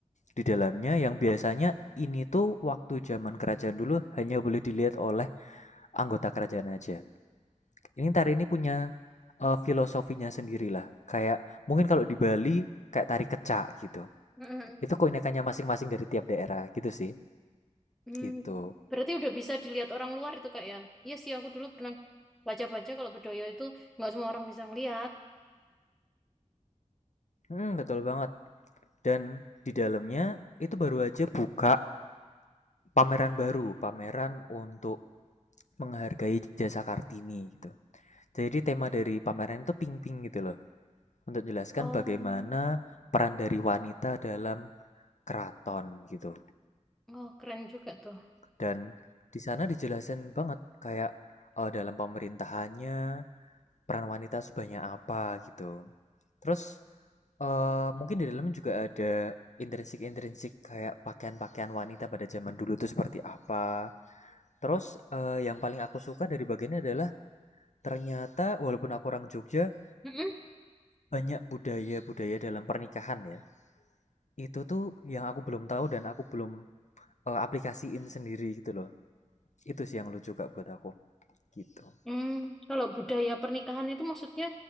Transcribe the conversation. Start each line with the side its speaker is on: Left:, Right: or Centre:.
Left: di dalamnya yang biasanya ini tuh waktu zaman kerajaan dulu hanya boleh dilihat oleh anggota kerajaan aja. Ini tari ini punya eh, filosofinya sendirilah. Kayak mungkin kalau di Bali kayak tari kecak gitu.
Centre: Mm-mm.
Left: Itu keunikannya masing-masing dari tiap daerah gitu sih.
Centre: Hmm,
Left: Gitu.
Centre: berarti udah bisa dilihat orang luar itu kak ya? Iya sih aku dulu pernah baca-baca kalau Bedoyo itu nggak semua orang bisa ngelihat.
Left: Hmm, betul banget. Dan di dalamnya itu baru aja buka pameran baru, pameran untuk menghargai jasa Kartini gitu. Jadi tema dari pameran itu ping-ping gitu loh. untuk jelaskan
Centre: Oh,
Left: bagaimana peran dari wanita dalam keraton gitu.
Centre: oh keren juga tuh.
Left: Dan di sana dijelasin banget kayak eh, dalam pemerintahannya peran wanita sebanyak apa gitu. Terus eh, mungkin di dalamnya juga ada intrinsik-intrinsik kayak pakaian-pakaian wanita pada zaman dulu itu seperti apa. Terus eh, yang paling aku suka dari bagiannya adalah ternyata walaupun aku orang Jogja
Centre: Mm-mm.
Left: banyak budaya-budaya dalam pernikahan ya. Itu tuh yang aku belum tahu dan aku belum eh, aplikasiin sendiri gitu loh. Itu sih yang lucu kak buat aku gitu.
Centre: Hmm, kalau budaya pernikahan itu maksudnya